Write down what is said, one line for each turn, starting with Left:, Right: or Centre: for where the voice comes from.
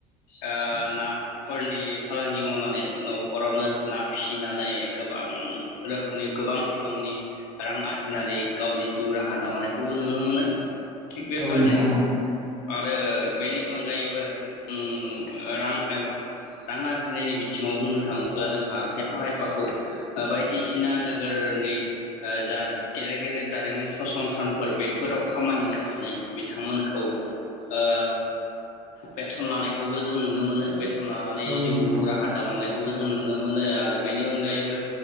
Left: ओ नाफोरनि फालांगि मावनानै न'खरावनो ना फिसिनानै गोबां रोखोमनि गोबां बिबांनि रां आरजिनानै गावनि जिउ राहा दालांनायखौबो नुनो मोनो। थिग बेबायदिनो
Centre: औ नोंथां औ
Left: आरो अनगायैबो जों उम रां एबा रां आरजिनायनि बिथिङाव बुंनो थाङोब्ला जोंहा खायफा खायफाखौ बायदिसिना नोगोरनि जा गेदेर गेदेर दारिमिन फसंथानफोर बेफोराव खामानि मावनानै बिथांमोनखौ ओ बेथन लानायखौ खौबो जों नुनो मोनो लानानै
Centre: औ नोंथां
Left: जिउ राहा दालांनायखौ खौबो जों नुनो मोनो आरो बेनि अनगायैबो